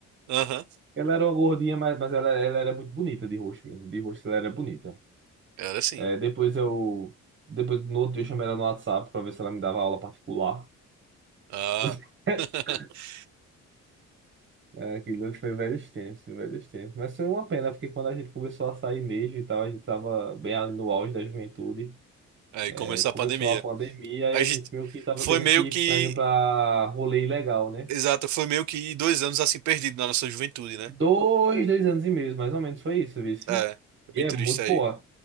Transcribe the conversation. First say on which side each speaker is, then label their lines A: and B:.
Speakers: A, on the right; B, on the right.
A: aham,
B: Ela era uma gordinha, mas, mas ela, ela era muito bonita de rosto mesmo. De rosto ela era bonita.
A: era sim.
B: É, depois eu. Depois, no outro dia, eu chamei ela no WhatsApp pra ver se ela me dava aula particular.
A: Ah,
B: <laughs>
A: <laughs>
B: É, aquilo foi velhos tempos, velhos tempos. Mas foi uma pena, porque quando a gente começou a sair mesmo e tal, a gente tava bem ali no auge da juventude.
A: aí
B: É,
A: começou
B: começou
A: a pandemia.
B: a pandemia
A: A
B: e
A: gente
B: a gente meio que tava
A: foi
B: tendo
A: meio
B: que
A: que
B: ficar indo pra rolê ilegal, né?
A: Exato, foi meio que dois anos assim perdido na nossa juventude, né?
B: Dois, dois anos e meio, mais ou menos, foi isso, vice.
A: É, foi
B: E
A: bem
B: é
A: triste
B: muito,
A: isso aí.
B: pô,